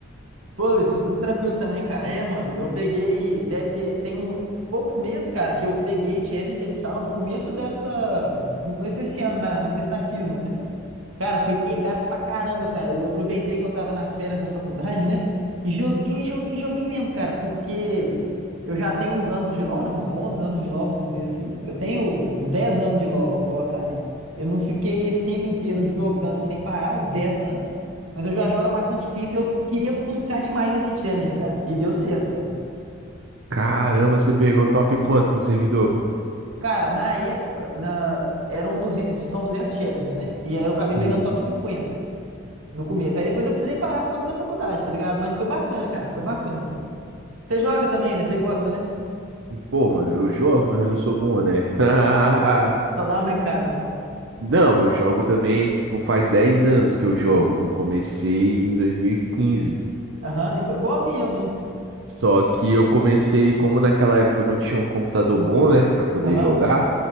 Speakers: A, on the right; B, on the right.
A: Pô, Luiz, tô tudo tranquilo também, cara. É, mano, eu peguei, deve ter, tem um, poucos meses, cara, que eu peguei Challenger e tal, no começo dessa, no começo desse ano, na, no começo da season, né? Cara, foi pegado pra caramba, cara. Eu aproveitei que eu tava nas férias da faculdade, né? E joguei, joguei, joguei mesmo, cara, porque eu já tenho uns anos de LoL, né? Uns bons anos de LoL, vamos dizer assim. Eu tenho uns 10 anos de LoL, vamos colocar, né? Eu não fiquei esse tempo inteiro jogando sem parar, os 10 anos, mas eu já jogo há bastante tempo e eu queria buscar demais esse challenger, cara. E deu certo, velho.
B: Caramba, você pegou top quanto no servidor?
A: Cara, na época, na... eram 200, são 200 challengers, né? E aí eu acabei
B: Sim.
A: pegando top 50. no começo. Aí depois eu precisei parar por conta da faculdade, tá ligado? Mas foi bacana, cara, foi bacana. Você joga também, né? Você gosta, né?
B: Pô, mano, eu jogo, mas eu não sou bom, né? <laughs>
A: Só dá uma brincada, né?
B: Não, eu jogo também, tipo, faz 10 anos que eu jogo. Eu comecei em 2015.
A: Aham, igu- igualzinho eu mesmo.
B: Só que eu comecei, como naquela época eu não tinha um computador bom, né, para poder
A: Aham.
B: jogar,